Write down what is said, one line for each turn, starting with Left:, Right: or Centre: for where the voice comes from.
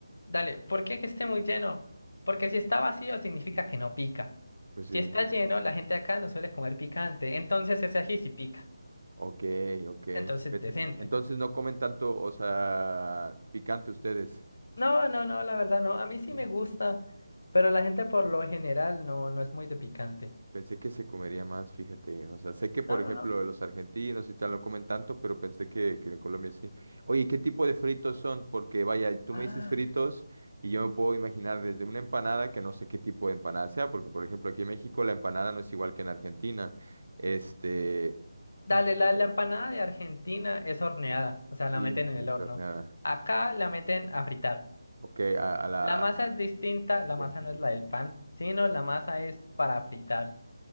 Left: Dale, ¿por qué que esté muy lleno? Porque si está vacío significa que no pica.
Right: Pues
Left: Si
Right: sí.
Left: está
Right: sí.
Left: lleno, la gente de acá no suele comer picante, entonces ese ají sí pica.
Right: Ok, ok.
Left: Entonces,
Right: Vete.
Left: decente.
Right: Entonces no comen tanto, o sea, picante ustedes.
Left: No, no, no, la verdad no. A mí
Right: Ok.
Left: sí me gusta, pero la gente por lo general no, no es muy de picante.
Right: Pensé que se comería más, fíjate. O sea, sé que, por
Left: No,
Right: ejemplo,
Left: no, no.
Right: los argentinos y tal no comen tanto, pero pensé que, que en Colombia sí. Oye, ¿qué tipo de fritos son? Porque, vaya, tú
Left: Ah,
Right: me dices fritos y yo me puedo imaginar desde una empanada, que no sé qué tipo de empanada sea, porque, por ejemplo, aquí en México la empanada no es igual que en Argentina. Este,
Left: dale,
Right: ni-
Left: la, la empanada de Argentina es horneada, o sea,
Right: sí,
Left: la meten en
Right: sí,
Left: el
Right: es
Left: horno.
Right: horneada.
Left: Acá la meten a fritar.
Right: Ok, a, a la...
Left: La masa
Right: a-
Left: es distinta,
Right: ok,
Left: la masa
Right: sí,
Left: no
Right: sí.
Left: es la del pan, sino la masa es para fritar,